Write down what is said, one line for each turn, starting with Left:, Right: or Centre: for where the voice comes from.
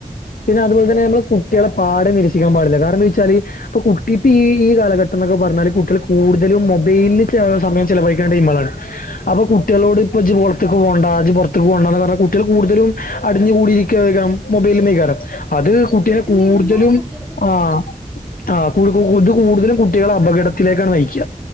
Left: പിന്നെ അതു പോൽ തന്നെ കുട്ടിയാളെ പാഠം നിരസിക്കാൻ പാടില്ല. കാരണം ന്തായ്ച്ചാൽ ഇപ്പൊ കുട്ടി ഇപ്പ ഈ ഈ കാലഘട്ടം ന്നൊക്കെ പറഞ്ഞാൽ കുട്ടിയാൾ കൂടുതലും മൊബൈല് ചാ സമയം ചെലവഴിക്കേണ്ട ടീ മ്മളകളാണ്. അപ്പൊ
Centre: അതെ
Left: കുട്ടികളോട് ഇപ്പൊ ഇജ്ജ് ഓൾ ത്ത്ക്ക് പോണ്ട ജ് പൊറത് ക്ക് പോകണ്ടന്ന് പറഞ്ഞ കുട്ടിയാൾ കൂടുതലും അടിഞ്ഞുകൂടിയിരിക്കെയ്ക്കാരം മൊബൈൽമേ അത് കുട്ടിയാള്
Centre: വീട്ടിലിരുന്നാൽ
Left: കൂടുതലും
Centre: കുട്ടികൾക്ക് ഫോണാണ്
Left: ആ ആ കൂടു കൂടുതലും കുട്ടികളെ അപകടത്തിലേക്കാണ് നയിക്ക്യ.